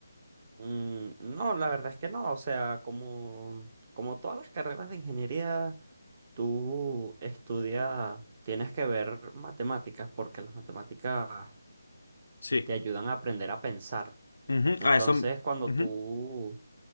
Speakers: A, on the right (about 35°); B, on the left (about 70°).
A: Mm, no, la verdad es que no. O sea, como, como todas las carreras de ingeniería, tú estudias, tienes que ver matemáticas porque las matemáticas
B: Sí.
A: te ayudan a aprender a pensar.
B: Ujú,
A: Entonces,
B: A eso,
A: cuando
B: ujú,
A: tú,